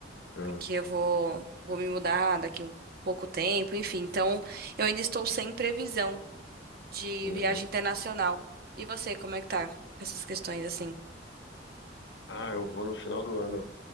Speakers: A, on the left (about 75°); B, on the right (about 55°).
A: Ah,
B: Porque eu vou, vou me mudar daqui um pouco tempo, enfim. Então, eu ainda estou sem previsão de
A: uhum.
B: viagem internacional. E você, como é que tá com essas questões assim?
A: Ah, eu vou no final do ano